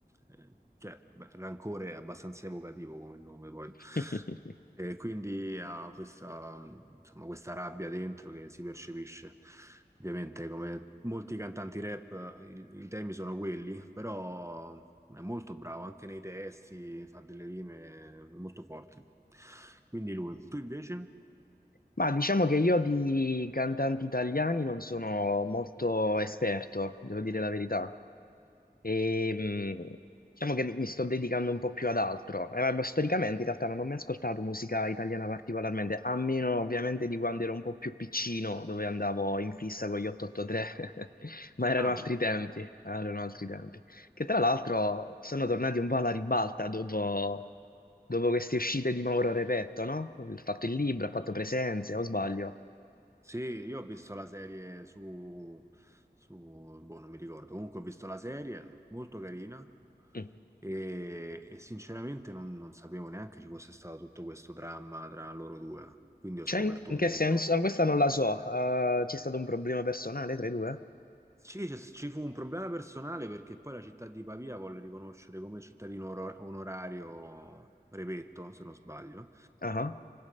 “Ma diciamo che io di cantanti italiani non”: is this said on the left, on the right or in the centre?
Left